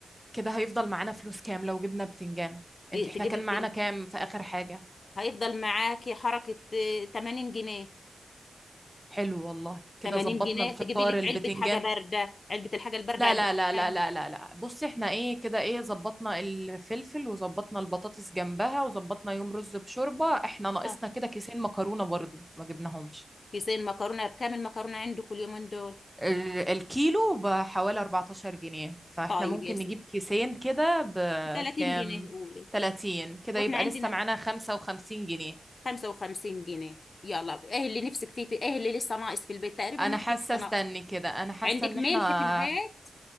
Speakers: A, in the centre; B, on the left.
A: كده هيفضل معانا فلوس كام لو جبنا بتنجان
B: تجيبي
A: انت احنا كان معانا كام في اخر حاجة
B: هيفضل معاكي حركة آه، 80 جنيه
A: حلو والله كده
B: 80
A: ظبطنا
B: جنيه
A: الفطار
B: تجيبي لك
A: البتنجان
B: علبة حاجة باردة علبة الحاجة الباردة
A: لا
B: عندك
A: لا لا لا
B: بكام؟
A: لا لا لا بصي احنا ايه كده ايه ظبطنا الفلفل وظبطنا البطاطس جنبها وظبطنا يوم رز بشوربة احنا ناقصنا
B: آه،
A: كده كيسين مكرونة برضو ما جبناهمش
B: كيسين مكرونة بكام المكرونة عندك اليومين دول
A: ال- الكيلو بحوالي 14 جنيه فاحنا
B: طيب
A: ممكن
B: يا ستي
A: نجيب كيسين كده بكام
B: 30 جنيه قولي
A: 30 كده
B: واحنا
A: يبقى
B: عندنا
A: لسه معانا 55 جنيه
B: 55 جنيه يلا ايه اللي نفسك فيه ايه اللي لسه ناقص في البيت تقريبا
A: انا
B: ما
A: حاسه
B: في حاجة
A: استني
B: ناقصة
A: كده انا حاسه
B: عندك
A: ان
B: ملح
A: احنا
B: في البيت